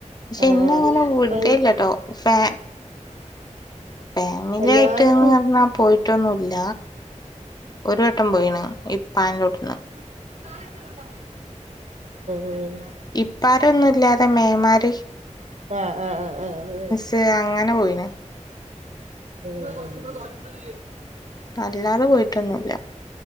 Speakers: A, on the left; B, on the right.
A: പക്ഷെ
B: ആഹ്
A: ഇന്ന അങ്ങനെ വിടല്ലട്ടോ
B: അൽ
A: ഫേ ഫാമിലി
B: എല്ലാർക്കും
A: ആയിട്ട്ന്ന് പറഞ്ഞാ പോയിട്ടൊന്നുല്ല. ഒരു വട്ടം പോയിണ് ഇപ്പാന്റോ ട് ന്ന്.
B: ഉം ഉം.
A: ഇപ്പാരൊന്നുല്ലാതെ മേമാര്.
B: ആഹ് ആഹ് ആഹ് അതെ.
A: ട്ട് അങ്ങനെ പോയിണ്.
B: ഉം
A: അല്ലാതെ പോയിട്ടൊന്നുല്ല.